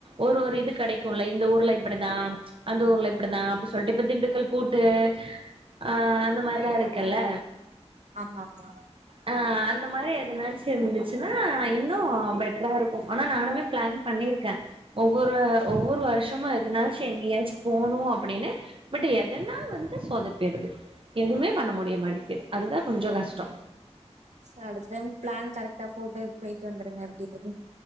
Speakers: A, on the right (about 50°); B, on the right (about 80°).
A: ஒரு ஒரு இதுக் கிடைக்குல இந்த ஊர்ல இப்படிதா அந்த ஊர்ல இப்படிதா அப்டி சொல்லிட்டு இப்ப திண்டுக்கல் பூட்டு அ அந்த மாறில்லா இருக்குல்ல
B: ஆமா ஆமா
A: அ அந்த மாரி எதனாச்சு இருந்துச்சுன்னா இன்னு பெட்டராருக்கு ஆனா நானுமே பிளான் பண்ணிருக்கே ஒவ்வொரு ஒவ்வொரு வருஷமு எதுனாச்சு எங்கயாச்சு போணு அப்டின்னு பட் எதனா வந்து சோதப்பிடுது எதுவுமே பண்ண முடிய மாட்டக்குது அதுதா கொஞ்சோ கஷ்டோ
B: சே அடுத்த டைம் ப்ளான் கரெக்டா போட்டு பொயிட்டு வந்துருங்க எப்படியாவது